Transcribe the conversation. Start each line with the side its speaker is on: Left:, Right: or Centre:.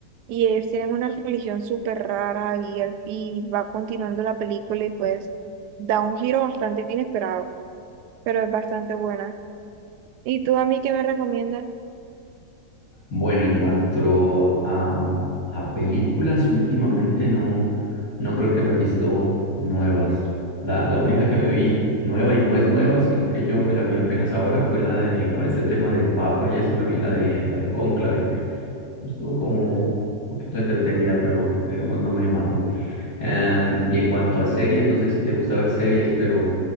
Right: y ellos tienen una religión súper rara y, el- y va continuando la película y pues da un giro bastante inesperado, pero es bastante buena. ¿Y tú a mí qué me recomiendas?
Left: Bueno, en cuanto a, a películas, últimamente no, no creo que me he visto nuevas. La, la única que me vi nueva y no es nueva, sino que yo me la vi apenas ahora fue la de, con este tema del Papa y eso, me vi la de, la de Cónclave. Estuvo como un
Right: Mm.
Left: poquito entretenida, pero digamos no me mató. Em, y en cuanto a series, no sé si te gusta ver series, pero